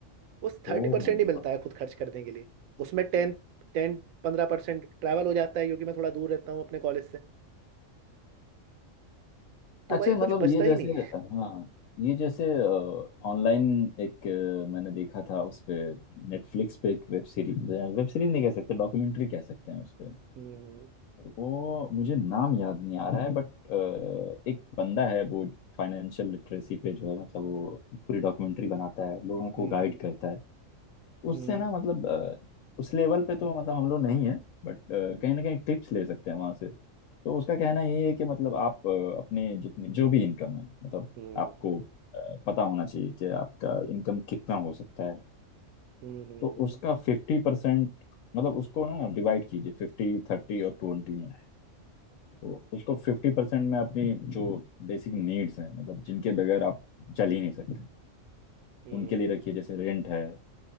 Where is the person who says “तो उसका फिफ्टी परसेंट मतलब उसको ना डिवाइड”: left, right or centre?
Left